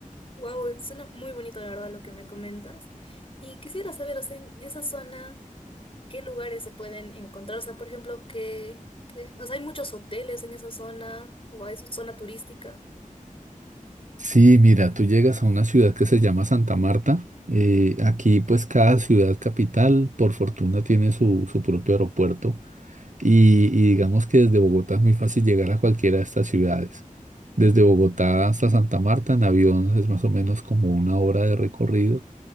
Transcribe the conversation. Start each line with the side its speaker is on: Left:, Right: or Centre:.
Left: Wow, suena muy bonito la verdad lo que me comentas. Y quisiera saber, o sea, en esa zona. qué lugares se pueden encontrar. O sea, por ejemplo, qué, qué- o sea, hay muchos hoteles en esa zona o hay su zona turística.
Right: Sí, mira, tú llegas a una ciudad que se llama Santa Marta. eh, aquí pues cada ciudad capital, por fortuna, tiene su, su propio aeropuerto Y, y digamos que desde Bogotá es muy fácil llegar a cualquiera de estas ciudades. Desde Bogotá hasta Santa Marta en avión es más o menos como una hora de recorrido.